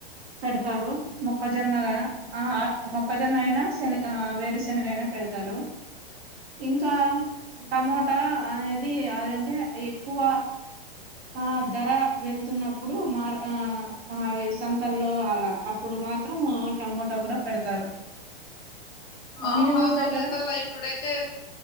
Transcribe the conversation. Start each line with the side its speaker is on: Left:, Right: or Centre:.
Right: పెడతారు మొక్కజొన్నగా ఆ మొక్కజొన్న అయినా శనగ ఆ వేరుశనగ అయినా పెడతారు ఇంకా టమోటా అనేది అదంటే ఎక్కువ ఆ ధర వెళ్తున్నప్పుడు మార్ ఆ అవి సంతల్లో అలా అప్పుడు మాత్రం టమోటా కూడా పెడతారు
Left: ఆ
Right: మీ
Left: మా
Right: ఊరు
Left: ఊర్లకల్లా
Right: దగ్గర
Left: ఇప్పుడైతే